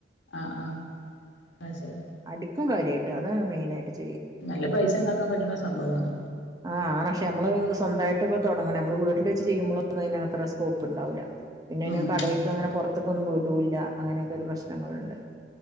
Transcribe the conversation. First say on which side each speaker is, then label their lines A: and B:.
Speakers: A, on the left; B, on the right.
A: ആഹ് ആഹ് അത് ശരി
B: അടിക്കും കാര്യായിട്ട് അത് മെയിനായിട്ട് ചെ
A: നല്ല പൈസ ഇണ്ടാക്കാൻ പറ്റുന്ന സംഭവവാണ്
B: ആഹ് ആഹ് പക്ഷെ അമ്മള് സ്വന്തായിട്ടൊക്കെ തൊടങ്ങണെ നമ്മള് വീട്ടില് വെച്ച് ചെയുമ്പോഴൊന്നും അതിന് അത്ര സ്കോപ്പ് ഇണ്ടാവൂല്ല പിന്നയ്ന്
A: ഉം
B: കടയ്ക്ക് അങ്ങനെ പൊറത്തെക്കൊന്നും വിടൂല്ല അങ്ങനൊക്കെ ഒരു പ്രശ്നങ്ങളുണ്ട്